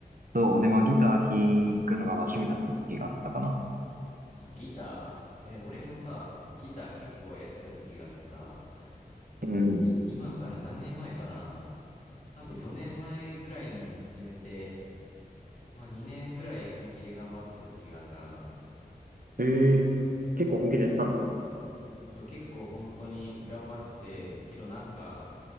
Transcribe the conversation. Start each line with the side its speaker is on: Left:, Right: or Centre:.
Right: そう。で、まあ、ギター弾くのがまあ趣味だった時があったかな。
Left: あ、ギターえ、俺もさ、ギター結構やってた時期があってさ、
Right: うん。
Left: そう、い、今から何年前かな多分4年前ぐらいに始めて、まあ2年ぐらい本気で頑張ってた時期があったかな。
Right: えー、結構本気でやってたんだ。
Left: そう、結構本当に頑張ってて、けどなんか、